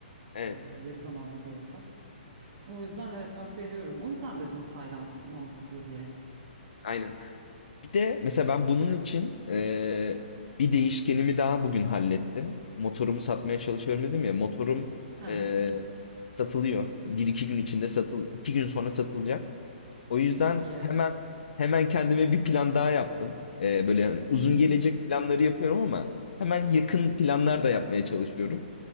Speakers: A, on the left (about 60°); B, on the right (about 35°).
A: Evet,
B: E, yarı zamanlı da olsa. O yüzden evet hak veriyorum. O yüzden dedim Tayland mantıklı diye.
A: aynen. Bir de mesela ben bunun için eee, bir değişkenimi daha bugün hallettim. Motorumu satmaya çalışıyorum dedim ya. Motorum
B: Aha,
A: eee, satılıyor. Bir iki gün içinde satıl, iki gün sonra satılacak. O yüzden
B: çok iyi.
A: hemen hemen kendime bir plan daha yaptım. Eee, böyle hani uzun
B: Hı hı.
A: gelecek planları yapıyorum ama hemen yakın planlar da yapmaya çalışıyorum.